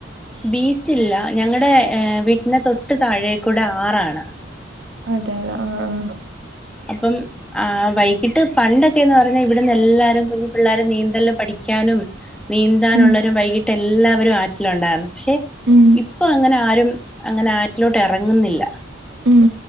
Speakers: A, in the centre; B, on the right (about 65°).
A: ബീച്ചില്ല. ഞങ്ങടെ വീട്ടിന്റെ തൊട്ട് താഴേക്കൂടെ ആറാണ്.
B: അതെ ആഹ് ആഹ്
A: അപ്പം ആ വൈകിട്ട് പണ്ടൊക്കെന്ന് പറഞ്ഞാ ഇവിടുന്നെല്ലാരും കുഞ്ഞ് പിള്ളാര് നീന്തല് പഠിക്കാനും നീന്താനുള്ളരു
B: ഉം
A: വൈകി ട്ടെല്ലാവരു ആറ്റിലുണ്ടാരുന്നു ഷെ
B: ഊം.
A: പ്പ അങ്ങനാരും അങ്ങനാറ്റിലോട്ടെറങ്ങ്ന്ന്ല്ല
B: ഉം